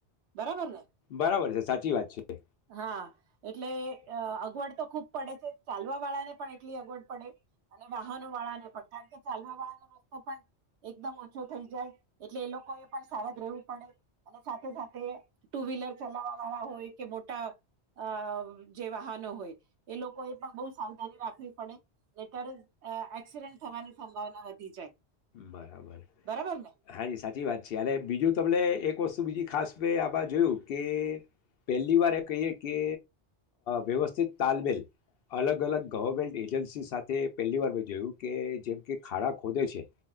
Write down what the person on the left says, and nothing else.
બરાબર છે સાચી વાત છે
બરાબર
હાજી સાચી વાત છે, અને બીજું તમને એક વસ્તુ તો બીજી ખાસ મેં આમાં જોયુ, કે પહેલી વાર એ કહીએ કે વ્યવસ્થિત, તાલમેલ અલગ અલગ ગવર્મેન્ટ એજન્સી સાથે પહેલી વાર મેં જોયું કે જેમ કે ખાડા ખોદે છે.